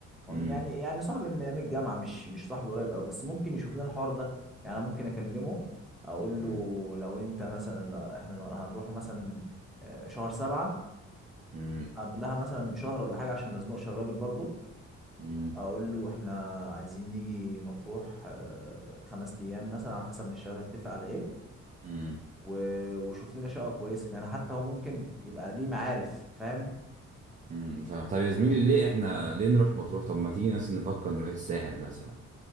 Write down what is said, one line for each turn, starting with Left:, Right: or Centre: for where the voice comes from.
Centre: هو
Right: امم
Centre: م- يعني يعني صاحبي من ايام الجامعه مش مش صاحبي قريب قوي بس ممكن يشوف لنا الحوار ده يعني انا ممكن اكلمه اقول
Right: امم
Centre: له لو انت مثلا لا احنا هنروحوا مثلا آه، شهر سبعة
Right: امم
Centre: قبلها مثلا بشهر ولا حاجه عشان ما ازنقش الراجل برضو
Right: امم
Centre: اقول له احنا عايزين نيجي مطروح آه، خمس ايام مثلا على حسب ما الشباب هيتفق على ايه
Right: امم
Centre: و- وشوف لنا شقه كويسه يعني حتى هو ممكن يبقى ليه معارف فاهم
Right: امم فاهم طب يا زميلي ليه احنا ليه نروح مطروح طب ما تيجي مثلا نفكر نروح الساحل مثلا